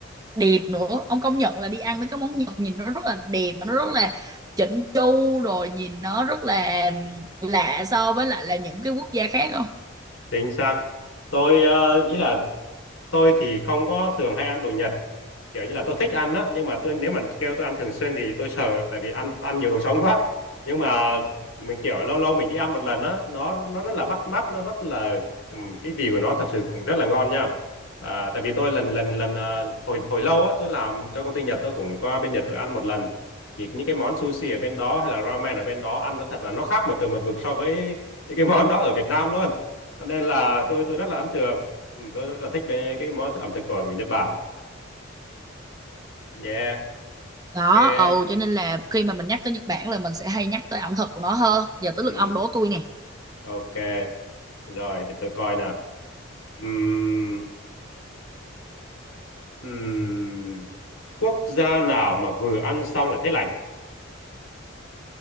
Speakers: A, on the right (about 20°); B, on the left (about 75°).
A: đẹp nữa ông công nhận là đi ăn mấy cái món Nhật nhìn nó rất là đẹp mà nó rất là chỉnh chu rồi nhìn nó rất là lạ so với lại là những cái quốc gia khác không?
B: chính xác tôi ờ, ý là tôi thì không có thường hay ăn đồ Nhật kiểu như là tôi thích ăn á nhưng mà tôi nếu mà kêu tôi ăn thường xuyên thì tôi sợ tại vì ăn ăn nhiều đồ sống quá nhưng mà mình kiểu lâu lâu mình đi ăn một lần á nó nó rất là bắt mắt nó rất là ừm, cái vị của nó thật sự cũng rất là ngon nha à, tại vì tôi lần lần lần à, hồi hồi lâu á tôi làm cho công ty Nhật tôi cũng qua bên Nhật tôi ăn một lần thì những cái món sushi ở bên đó hay là ramen ở bên đó ăn nó thật là nó khác một trời một vực so với những cái <laughs> món đó ở Việt Nam luôn cho nên là tôi tôi rất là ấn tượng Ừ, tôi rất là thích bên cái món ẩm thực của Nhật Bản. Yeah,
A: Đó,
B: ok.
A: ừ cho nên là khi mà mình nhắc tới Nhật Bản là mình sẽ hay nhắc tới ẩm thực của nó hơn. Giờ tới
B: Ừ,
A: lượt ông đố tôi nè.
B: ok. Rồi, để tôi coi nào. Ừm, ừm, quốc gia nào mà vừa ăn xong là thấy lành?